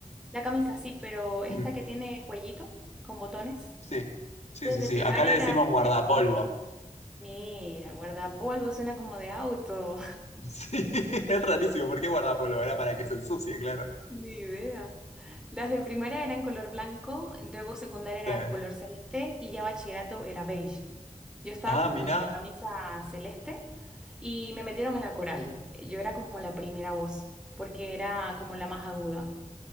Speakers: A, in the centre; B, on the left (about 55°).
A: la camisa sí, pero esta
B: Mm,
A: que tiene cuellito con botones.
B: Sí. Sí,
A: Entonces
B: sí,
A: de
B: sí.
A: primaria
B: Acá le decimos
A: era
B: guardapolvo.
A: chemis.
B: <laughs>
A: Mira, guardapolvo suena como de auto.
B: Sí, es rarísimo. ¿Por qué guardapolvo? Era para que se ensucie, claro.
A: Ni idea. Las de primaria eran color blanco, luego secundaria eran
B: Sí.
A: color celeste y ya bachillerato era beige. Yo estaba
B: Ah,
A: con
B: mirá.
A: camisa celeste y me metieron en la coral. Yo era como la primera voz, porque era como la más aguda.